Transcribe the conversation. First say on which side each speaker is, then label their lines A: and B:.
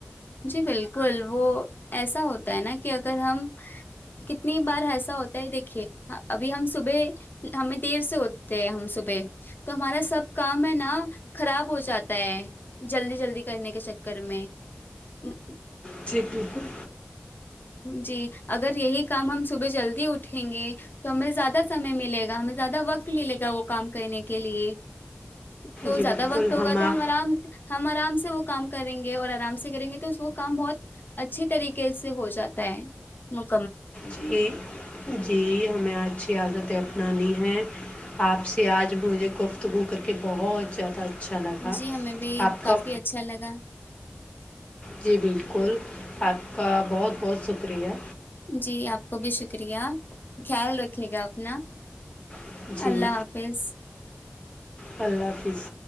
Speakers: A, on the left; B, on the left.
A: جی بالکل وہ ایسا ہوتا ہے نا کہ اگر ہم کتنی بار ایسا ہوتا ہے دیکھیے ابھی ہم صبح ہمیں دیر سے ہوتے ہیں ہم صبح تو ہمارا سب کام ہے نا خراب ہو جاتا ہے جلدی جلدی کرنے کے چکر میں نہ
B: جی بالکل
A: جی اگر یہی کام ہم صبح جلدی اٹھیں گے تو ہمیں زیادہ سمے ملے گا ہمیں زیادہ وقت ملے گا وہ کام کرنے کے لیے تو
B: جی
A: زیادہ
B: بالکل
A: وقت ہوگا
B: ہما
A: تو ہم آرام ہم آرام سے وہ کام کریں گے اور آرام سے کریں گے تو وہ کام بہت اچھی طریقے سے ہو جاتا ہے مط
B: جی جی ہمیں اچھی عادت ہے اپنانی ہے آپ سے آج مجھے گفت ہو کر کے بہت زیادہ اچھا لگا
A: جی ہمیں بھی
B: آپ
A: کافی
B: کا
A: اچھا لگا
B: جی بالکل آپ کا بہت بہت شکریہ
A: جی آپ کو بھی شکریہ خیال رکھے گا آپ
B: جی
A: اللہ حافظ
B: اللہ حافظ